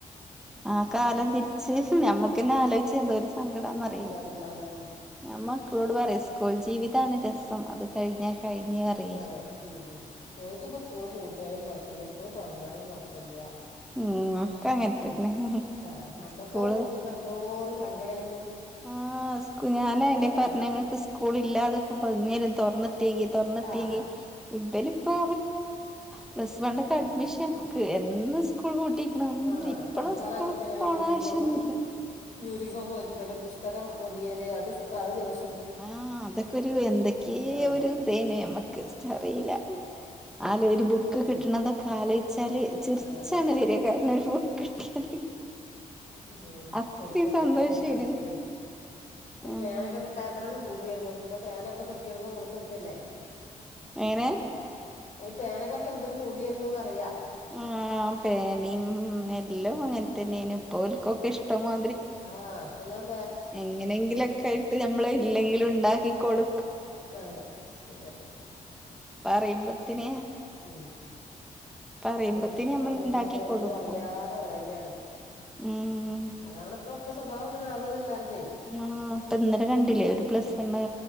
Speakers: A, in the centre; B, on the left.
A: ആ കാലം
B: ഏഹ്
A: തിരിച്ച് ഞമ്മക്കന്നെ ആലോയിച്ച എന്തോരു സങ്കടാന്നറിയോ?
B: എന്താ എന്താ അതന്നെ
A: ഞാമ്മക്കളോട് പറയും സ്കൂൾ ജീവിതാണ് രസം. അത് കഴിഞ്ഞാ കഴിഞ്ഞ് പറയേ
B: അതെ ഉ ഇ പംസ്കൂള് പൂട്ടിയാലും കുഴപ്പമില്ല സ്കൂള് തുറന്നാലും കുഴപ്പമില്ല.
A: ഉം ഒക്കെ
B: അതെ
A: അങ്ങനെത്തന്നെ
B: ഉ ആഹ നമ്മുക്ക്
A: സ്കൂള്
B: പൂട്ടുമ്പോ എന്തോ ഒരു സങ്കടയന്ന്.
A: ആഹ് സ് ഞാന അന്റെ
B: ഉം
A: പറഞ്ഞോക്ക് സ്കൂള് ഇല്ലാതക്കുമ്പരം തുറന്നി തുറന്നിട്ടെങ്കിൽ തുറന്നിട്ടെങ്കിൽ
B: ആഹ്
A: ഇവളിപ്പോ പ്ലസ് വൺ
B: പിന്നെ
A: അഡ്മിഷൻ എ എന്ന് സ്കൂൾ പൂട്ടിക്കണ്
B: ആഹ്
A: ഇപ്പളും
B: തുറക്കാനാകുമ്പോക്കിന്
A: സ്കൂൾ
B: ആ
A: പോണ
B: യൂണിഫോമ്
A: ആവശ്യംഒന്നുമില്ല.
B: യൂണിഫോം ഒരുരിക്കലും. പുസ്തകം പൊതിയൽ. അത് അത് ദിവസ
A: ആഹ അതൊക്കെരു എന്തൊക്കെയ
B: ആഹ്
A: ഒരു ഇന്തേനു മ്മക്ക് അറിയില്ല. ആല് ഒരു ബുക്ക്
B: അത്രേ
A: കിട്ടണതൊക്കെ
B: ഉള്ളൂ
A: ആലോചിച്ചാല്. ചിറിച്ചാണ്
B: അതന്നെ
A: വരിക കാരണം ഒരു ബുക്ക് കിട്ടിയാല്.
B: പിന്നെ
A: അത്രയും
B: ഒരു പാനൊക്കെ
A: സന്തോഷേനു
B: കിട്ടണെങ്കിലേ. ഒരു
A: ആഹ്
B: പേനൊക്കെ കിട്ടാത്തത്ര ഒരു പൂതിയായിരുന്നു. ഇപ്പൊ പേനൊക്കെ പെട്ടിയൊക്കെ കൊടുന്ന്ക്കല്ലേ?
A: എങ്ങനെ
B: പേനകൊക്കെ എന്തൊരു പൂതിയായിരുന്നുന്ന്റിയാം.
A: ആ പേന എല്ലാം അങ്ങനെ തന്നെയന ഇപ്പോക്കൊക്കെ ഇഷ്ടമാ
B: ആഹ ഇപഞൻ
A: എങ്ങനെങ്കിലൊക്കെ ആയിട്ട് നമ്മള് ഇല്ലെങ്കിലും ഉണ്ടാക്കി കൊടു
B: അതെ അതെ
A: പറയുമ്പത്തിനേ
B: ഉം
A: പറയുമ്പത്തിന്
B: ഒരു കഷ്ടപ്പാടും
A: നമ്മൾ
B: ബുദ്ധിമുട്ടും
A: ഉണ്ടാക്കി
B: ഒന്നും
A: കൊടുക്കും
B: അറിയാതെ വളരയാണ്.
A: ഉം
B: അതാണപ്പോ ഒക്കെ സ്വഭാവം അങ്ങനെ ആവണത്എല്ലാരും.
A: ആ അപ്പ ഇന്നലോ കണ്ടില്ലേ ഒരു പ്ലസ് കണ്